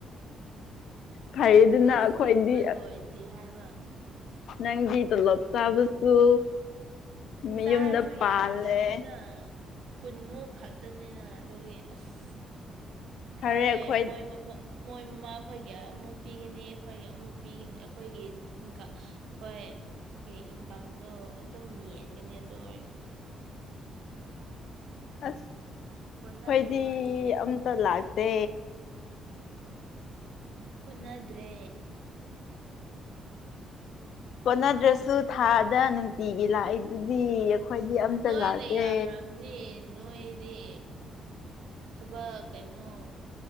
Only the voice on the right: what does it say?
ꯑꯗꯨ
ꯁꯤꯡꯕ ꯂꯣꯏꯗ꯭ꯔꯤ ꯍꯥꯏꯕ
ꯆꯥꯔꯁꯨ
ꯌꯥꯝꯗꯕꯅꯤꯅ ꯀꯨꯟꯃꯨꯛ ꯈꯛꯇꯅꯤꯅ ꯑꯗꯨꯒꯤ ꯑꯁ ꯈꯣꯏ
ꯃꯣꯏ ꯃꯣꯏ ꯃꯣꯏ ꯃꯃꯥ ꯈꯣꯏꯒꯤ ꯑꯃꯨꯛ ꯄꯤꯒꯅꯤ ꯑꯈꯣꯏꯒꯤ ꯑꯃꯨꯛ ꯄꯤꯒꯅꯤ ꯑꯈꯣꯏꯒꯤ ꯑꯃꯨꯛ ꯍꯣꯏ ꯑꯦ ꯏꯟꯀꯝꯗꯣ ꯑꯗꯨꯝ ꯌꯦꯟꯒꯅꯤ ꯑꯗꯨ ꯑꯣꯏꯔꯗꯤ
ꯀꯣꯟꯅꯗꯦꯕ
ꯑꯗꯨꯒꯤ
ꯀꯣꯟꯅꯥꯗ꯭ꯔꯦ
ꯅꯣꯏꯅꯦ
ꯌꯥꯝꯔꯝꯅꯤ ꯅꯣꯏꯗꯤ ꯊꯕꯛ ꯀꯩꯅꯣ